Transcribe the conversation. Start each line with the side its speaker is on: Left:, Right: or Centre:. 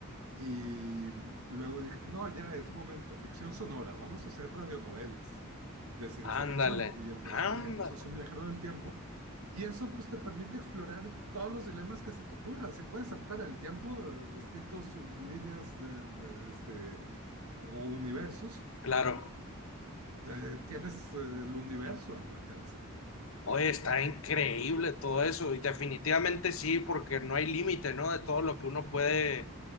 Right: Y luego dije, no, ya es momento, ficción sonora, vamos a hacer radionovelas de ciencia
Left: ándale,
Right: ficción. Y el personaje,
Left: ándale.
Right: pues, es un viajero del tiempo. Y eso, pues, te permite explorar todos los dilemas que se te ocurra. Si puedes saltar el tiempo, distintas líneas de, de- de este, o universos,
Left: Claro.
Right: eh, tienes eh, el universo a tu alcance.
Left: Oye, está increíble todo eso y definitivamente sí, porque no hay límite, ¿no? De todo lo que uno puede